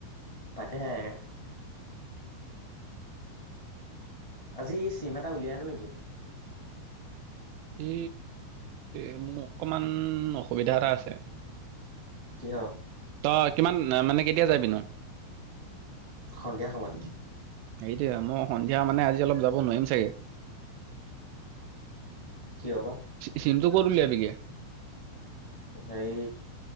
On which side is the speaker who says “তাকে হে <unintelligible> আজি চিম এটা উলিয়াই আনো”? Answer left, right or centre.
Left